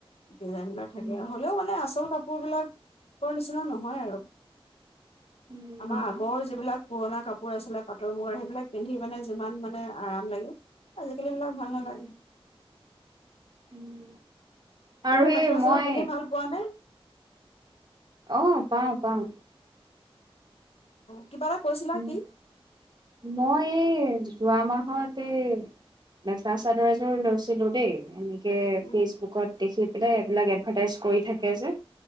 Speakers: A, on the left; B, on the right.
A: ডিজাইন বিলাক থাকে
B: উম
A: আৰু হ'লেও মানে আচল কাপোৰ বিলাকৰ নিচিনা নহয় আৰু
B: উম
A: আমাৰ
B: নহয়
A: আগৰ যিবিলাক পুৰণা কাপোৰ আছিলে পাটৰ-মুগাৰ, সেইবিলাক পিন্ধি মানে যিমান মানে আৰাম লাগে, আজিকালি সেইবিলাক ভাল
B: উম
A: নালাগে।
B: উম আৰু
A: তুমি মেখেলা
B: এই মই
A: চাদৰ পিন্ধি ভাল পোৱা নে?
B: অ', পাওঁ-পাওঁ।
A: কিবা অ'। এটা কৈছিলা
B: উম
A: কি
B: । মই এই যোৱা মাহ তে মেখেলা চাদৰ এযোৰ লৈছিলোঁ দেই । এনে কে
A: উম
B: ফেচবুকত দেখি এ এইবিলাক এডভাৰটাইজ কৰি থাকে যে।